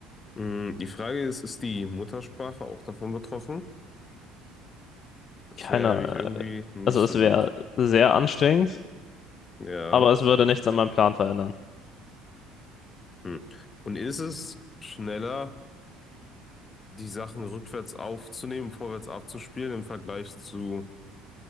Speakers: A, on the left; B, on the left.
A: Hm, Die Frage ist, ist die Muttersprache auch davon betroffen? Das
B: Keiner,
A: wäre nämlich irgendwie nicht
B: also
A: so
B: es wäre
A: gut.
B: sehr anstrengend,
A: Ja.
B: aber es würde nichts an meinem Plan verändern.
A: Hm. Und ist es schneller? die Sachen rückwärts aufzunehmen, vorwärts abzuspielen im Vergleich zu